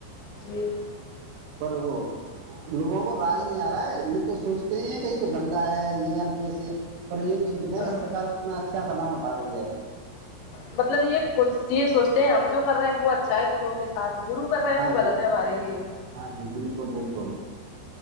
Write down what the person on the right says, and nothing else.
پرو <unintelligible> لوگوں کو راج نہیں آ رہا ہے یہ تو سوچتے ہی کہ یہ تو گندا ہے یہ کیسے پر یہ نہیں سوچ رہے
ہیں کہا سرکار کتنا اچھا قدم اٹھا رہی ہے
ہاں
جی
ہاں جی بالکل بالکل